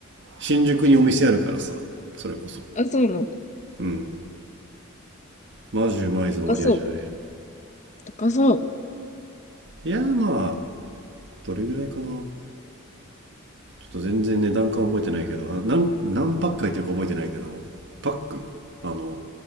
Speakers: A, on the right; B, on the left.
A: 新宿にお店あるからさそれこそ
B: うん、あ、そうなんだ。
A: うんマジうまいぞマリアージュフレール
B: 高そう。高そ
A: いやーまあどれぐらいかなちょっと全然値段感覚えてないけどあ何何パック入ってるか覚えてないけどパックあの